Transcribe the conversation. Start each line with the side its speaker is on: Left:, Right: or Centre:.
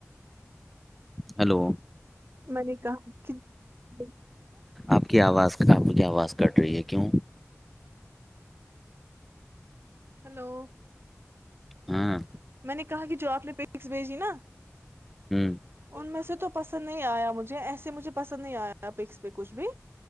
Centre: ہیلو
Right: من کاا <inaudible>
Centre: آپ کی آواز کم کیا آواز کٹ رہی ہے کیوں
Right: ہلو
Centre: ہاں
Right: میں نے کہا کہ جو آپ نے پکس بھیجی نا
Centre: ہ ہ
Right: میں سے تو پسند نہیں آیا مجھے ج ایسے مجھے پسند نہیں آیا اپ ایکس پہ کچھ بھی